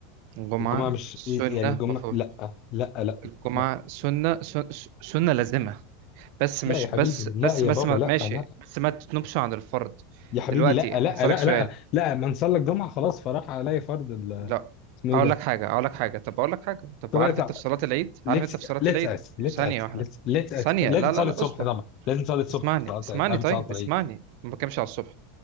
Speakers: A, on the right (about 55°); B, on the left (about 40°).
A: الجمعه
B: الجمعة مش
A: سنه
B: إيه، يعني الجمعة
A: مفروض
B: لا لا لا
A: الجمعه
B: لا
A: سنه سن- سنه لازمه بس مش
B: لا يا حبيبي
A: بس
B: لا
A: بس
B: يا
A: بس
B: بابا
A: ما
B: لا
A: ماشي
B: لا
A: بس ما تنوبش عن الفرض
B: يا حبيبي
A: دلوقتي
B: لا لا
A: هسألك
B: لا
A: سؤال
B: لا لا من صلى الجمعه خلاص فراح عليه فرض ال-
A: لا
B: اسمه
A: اقول
B: ايه ده
A: لك حاجه اقول لك حاجه طب اقول لك حاجه طب
B: طب
A: عارف
B: طب
A: انت في صلاه العيد
B: ليتس
A: عارف انت في صلاه
B: ليتس
A: العيد
B: اس ليتس
A: ثانيه
B: اس
A: واحده
B: ليتس ليتس اس
A: ثانيه
B: لازم
A: لا
B: تصلي
A: لا لا
B: الصبح
A: اصبر
B: طبعا لازم تصلي الصبح
A: اسمعني
B: في صلاه
A: اسمعني
B: العيد- قبل
A: طيب
B: صلاه العيد
A: اسمعني ما بتكلمش على الصبح